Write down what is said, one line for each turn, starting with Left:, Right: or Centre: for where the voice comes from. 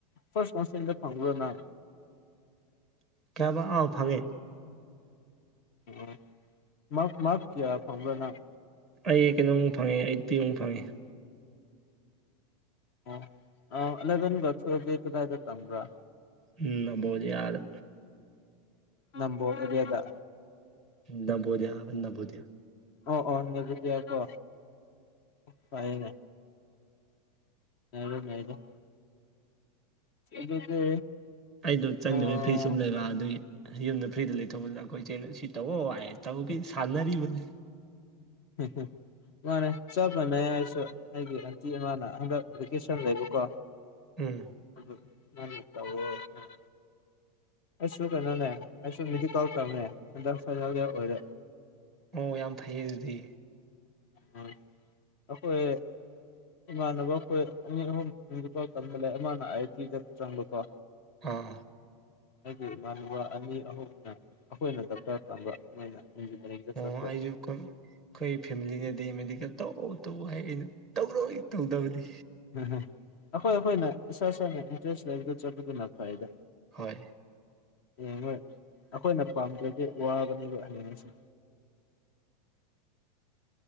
Left: ꯐꯥꯔꯁ ꯀꯥꯎꯟꯁꯤꯂꯤꯡꯗꯥ ꯐꯪꯕ꯭ꯔꯣ ꯅꯪ
Centre: ꯀꯌꯥꯕ ꯑꯥꯎ ꯐꯪꯉꯦ
Left: ꯑꯣ ꯃꯥ ꯃꯥ꯭ꯔꯛ ꯀꯌꯥ ꯐꯪꯕ꯭ꯔ ꯅꯪ
Centre: ꯑꯩ ꯀꯩꯅꯣꯃꯨꯛ ꯐꯪꯉꯦ ꯑꯩꯠꯇꯤ ꯃꯨꯛ ꯐꯪꯉꯦ
Left: ꯑꯣ ꯑꯥ ꯑꯂꯦꯕꯦꯟꯒꯥ ꯇꯨꯋꯦꯜꯞꯀꯥꯗꯤ ꯀꯗꯥꯏꯗꯥ ꯥꯇ꯭ꯝꯕꯔꯥ
Centre: ꯎꯝ ꯅꯕꯣꯗꯤꯌꯥꯗꯥ
Left: ꯅꯝꯕꯣ ꯑꯦꯔꯤꯌꯥꯗꯥ
Centre: ꯅꯝꯕꯣꯗꯌꯥ ꯍꯥꯏꯕ ꯅꯕꯣꯗꯌꯥ
Left: ꯑꯣ ꯑꯣ ꯅꯕꯣꯗꯤꯌꯥꯀꯣ ꯐꯥꯔꯦꯅꯦ <unintelligible> ꯑꯗꯨꯗꯤ
Centre: ꯑꯩꯗꯣ ꯆꯪꯗꯕꯩ
Left: ꯑꯣ
Centre: ꯐ꯭ꯔꯤ ꯁꯨꯝ ꯂꯩꯕ ꯑꯗꯨꯒꯤ ꯌꯨꯝꯗꯥ ꯐ꯭ꯔꯤꯗꯥ ꯂꯩꯊꯣꯛꯄꯗꯥ ꯑꯩꯈꯣꯏ ꯆꯦꯅ ꯁꯤ ꯇꯧꯋꯣ ꯍꯥꯏꯌꯦ ꯇꯧꯕꯤ ꯁꯥꯟꯅꯔꯤꯕꯅꯤ
Left: <unintelligible> ꯃꯥꯅꯦ ꯆꯞ ꯃꯥꯟꯅꯩ ꯑꯩꯁꯨ ꯑꯩꯒꯤ ꯑꯟꯇꯤ ꯑꯃꯅ ꯍꯟꯗꯛ ꯚꯦꯀꯦꯁꯟ ꯂꯩꯕꯀꯣ
Centre: ꯎꯝ
Left: ꯑꯗꯨ ꯃꯥꯅ ꯇꯧꯋꯣ ꯍꯥꯏ ꯑꯩꯁꯨ ꯀꯩꯅꯣꯅꯦ ꯑꯩꯁꯨ ꯃꯦꯗꯤꯀꯜ ꯇꯝꯃꯦ ꯍꯟꯗꯛ ꯐꯥꯏꯅꯦꯜ ꯌꯥꯔ ꯑꯣꯏꯔꯦ
Centre: ꯑꯣ ꯌꯥꯝ ꯐꯩꯌꯦ ꯑꯗꯨꯗꯤ
Left: ꯎꯝ ꯑꯩꯈꯣꯏ ꯏꯃꯥꯟꯅꯕ ꯑꯩꯈꯣꯏ ꯑꯅꯤ ꯑꯍꯨꯝ ꯃꯦꯗꯤꯀꯜ ꯇꯝꯕꯅꯦ ꯑꯃꯅ ꯑꯥꯏ ꯇꯤꯗꯥ ꯆꯪꯕꯀꯣ
Centre: ꯑꯥ
Left: ꯑꯩꯒꯤ ꯏꯃꯥꯅꯕ ꯑꯅꯤ ꯑꯍꯨꯝꯅ ꯑꯩꯈꯣꯏꯅ ꯗꯣꯛꯇꯔ ꯇꯝꯕ ꯃꯣꯏꯅ ꯏꯟꯖꯤꯅꯤꯌꯥꯔꯤꯡꯗꯥ
Centre: ꯑꯣ
Left: ꯆꯠꯈ꯭ꯔꯦ
Centre: ꯑꯩꯁꯨ ꯑꯩꯈꯣꯏ ꯐꯦꯃꯤꯂꯤꯅꯗꯤ ꯃꯦꯗꯤꯀꯦꯜ ꯇꯧꯎ ꯇꯧꯎ ꯍꯥꯏ ꯑꯩꯅ ꯇꯧꯔꯣꯏ ꯇꯧꯗꯥꯕꯅꯤ
Left: ꯎꯝꯍꯝ ꯑꯩꯈꯣꯏ ꯑꯩꯈꯣꯏꯅ ꯏꯁꯥ ꯁꯥꯅ ꯏꯟꯇꯔꯦꯁ ꯂꯩꯕꯗꯣ ꯆꯠꯄꯗꯨꯅ ꯐꯩꯗꯥ
Centre: ꯍꯣꯏ
Left: ꯑꯦ ꯍꯣꯏ ꯑꯩꯈꯣꯏꯅ ꯄꯥꯝꯗ꯭ꯔꯗꯤ ꯋꯥꯕꯅꯦꯕ ꯍꯥꯌꯦꯡꯁꯨꯝ